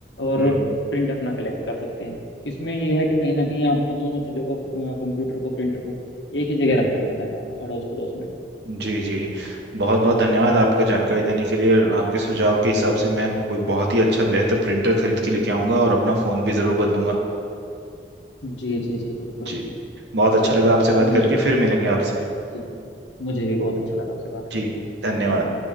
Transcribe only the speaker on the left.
और
प्रिंट अपना कलेक्ट कर सकते हैं इसमें ये है कि कहीं ना कहीं आपको दोनों चीज़ों को कंप्यूटर को प्रिंटर को एक ही जगह रखना पड़ता है अड़ोस पड़ोस में
जी जी जी बिल्कुल
मुझे
बहुत
अच्छा-
जी मुझे भी बहुत अच्छा लगा आपसे बात करके
Thank
you